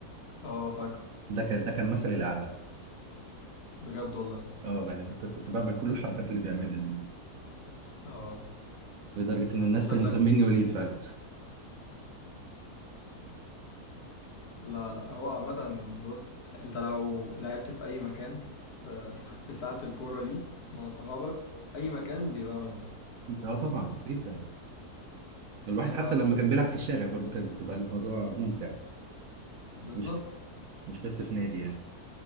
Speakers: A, on the left (about 75°); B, on the right (about 65°).
A: اه فاكره
B: ده كان ده كان مثلي الاعلى
A: بجد والله
B: اه والله يعني كنت كنت بعمل كل الحركات اللي بيعملها دي
A: اه
B: لدرجه ان الناس
A: انت شكلك
B: كانوا مسميني وليد فعلا
A: لا لا هو عامة بص انت لو لعبت في اي مكان في في ح- في ساعة الكورة دي مع صحابك اي مكان بيبقى ممتع
B: <laughs> اه طبعا جدا الواحد
A: انا
B: حتى لما كان بيلعب في الشارع برضه كانت بتبقى الموضوع ممتع
A: بالظبط
B: مش ب... مش بس في نادي يعني